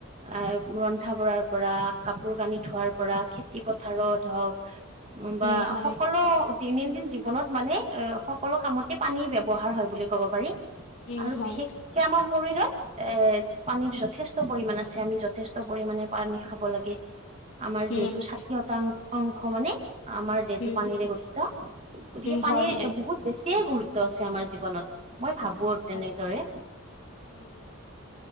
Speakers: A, on the right (about 30°); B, on the left (about 70°).
A: এ ৰন্ধা বঢ়াৰ পৰা কাপোৰ কানি ধোৱাৰ পৰা খেতি পথাৰত হওক বা
B: উম, হয়,
A: সকলো দৈনন্দিন জীৱনত মানে এ সকলো কামতে পানী ব্যৱহাৰ হয় বুলি ক'ব পাৰি।
B: উম
A: আৰু
B: হয়।
A: বিশেষকে আমাৰ শৰীৰত এ পানীৰ যথেষ্ট পৰিমণ আছে আমি যথেষ্ট পৰিমমানে পানী খাব লাগে। আমাৰ যিহেতু
B: উম, হয়,
A: ষাঠি শতাং অংশ মানে। আমাৰ দেহটো
B: উম,
A: পানীৰে গঠিত গতিকে
B: উম,
A: পানীৰ
B: হয়, হয়,
A: বহুত বেছিয়ে গুৰুত্ব আছে আমাৰ জীৱনত। মই ভাবো
B: উম,
A: আৰু
B: হয়,
A: তেনেদৰে।
B: উম।